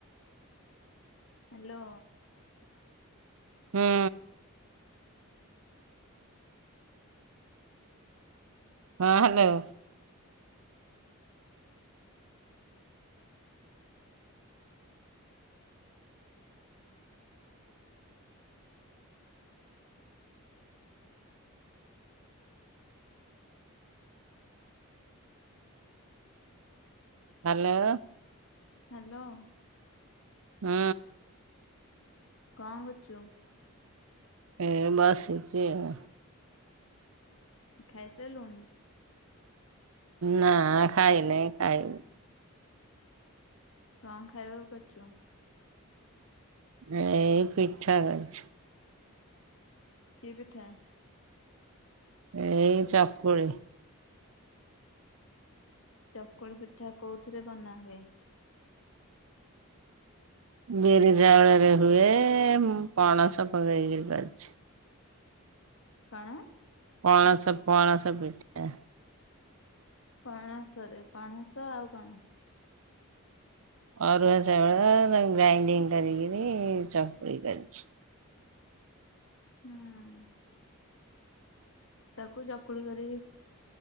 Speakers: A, on the left; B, on the right.
A: ହ୍ୟାଲୋ
B: ହୁଁ ହଁ ହ୍ୟାଲୋ ହ୍ୟାଲୋ
A: ହ୍ୟାଲୋ
B: ହୁଁ
A: କଣ କରୁଛୁ?
B: ଏ ବସିଚି ଆଉ।
A: ଖାଇସାଇଲୁଣି?
B: ନା ଖାଇନାଇଁ ଖାଇବୁ।
A: କଣ ଖାଇବାକୁ କରିଚୁ?
B: ଏ ପିଠା କରିଛି
A: କିଏ ପିଠା?
B: ଏଇ ଚାକୁଳି
A: ଚକୁଳି ପିଠା କୋଉଥିରେ ବନା ହୁଏ?
B: ବିରିଝାଉଳରେ ହୁଏ ମୁଁ ପଣସ ପକେଇକିରି କରିଛି।
A: କଣ?
B: ପଣସ ପୁଆସ ପିଠା।
A: ପଣସ ରେ ପଣସ ଆଉ କଣ?
B: ଅରୁଆ ଚାଉଳ ତାକୁ ଗ୍ରାଇଣ୍ଡିଙ୍ଗ କରିକିରି ଚକୁଳି କରିଛି।
A: ହୁଁ ତାକୁ ଚକୁଳି କରି